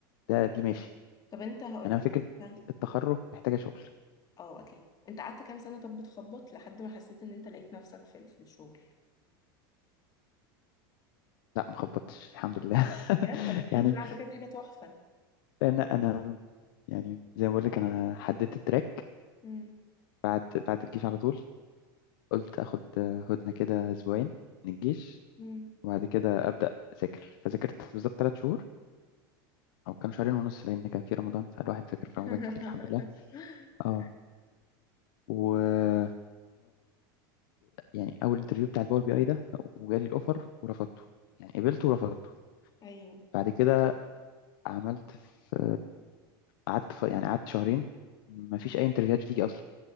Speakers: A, on the left (about 70°); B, on the left (about 30°).
A: ده دي ماشي
B: طب انت هقول
A: انا
B: لك
A: فكره
B: انت
A: التخرج محتاجه شغل
B: اه اكيد انت قعدت كام سنه طب بتخبط لحد ما حسيت ان انت لقيت نفسك في في الشغل
A: لا ما خبطتش الحمد لله <laughs>
B: بجد طب الحمد
A: يعني
B: لله على فكره دي حاجه تحفه
A: لان انا يعني زي ما بقول لك انا حددت التراك
B: امم
A: بعد بعد الجيش على طول قلت اخد هدنه كده اسبوعين من الجيش
B: امم
A: وبعد كده ابدا اذاكر فذاكرت بالظبط ثلاث شهور او كانوا شهرين ونص لان كان في رمضان فالواحد ذاكر
B: <laughs>
A: في رمضان كتير الحمد لله اه و يعني اول انترفيو بتاع الباور بي اي ده وجالي الاوفر ورفضته يعني قبلته ورفضته
B: ايوه
A: بعد كده عملت في قعدت في يعني قعدت شهرين ما فيش اي انترفيوهات بتيجي اصلا